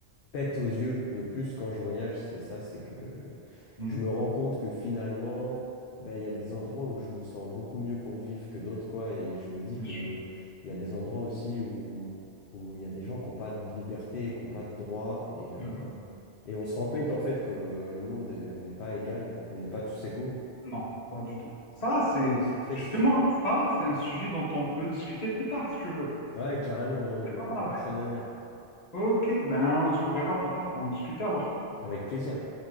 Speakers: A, on the left (about 60°); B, on the left (about 40°).
A: pète aux yeux le plus quand je voyage, c'est ça, c'est que
B: mhm,
A: je me rends compte que finalement, ben, il y a des endroits où je me sens beaucoup mieux pour vivre que d'autres, quoi, et je me dis
B: bien
A: que
B: sûr.
A: il y a des endroits aussi où où il y a des gens qui n'ont pas de liberté, qui n'ont pas de droit, et, euh,
B: Ah ben, oui,
A: et on se rend compte
B: Oui,
A: en fait que le monde euh, n'est pas égal, on n'est pas tous égaux.
B: non, pas du tout. Ça, c'est,
A: Ouais, c'est triste.
B: justement, ça, c'est un sujet dont on peut discuter plus tard, si tu veux.
A: Ouais, carrément, hein, il
B: C'est
A: y
B: pas
A: a beaucoup
B: mal, ouais.
A: de choses à dire.
B: Ok, ben, on se reverra plus tard pour en discuter, alors.
A: Avec plaisir.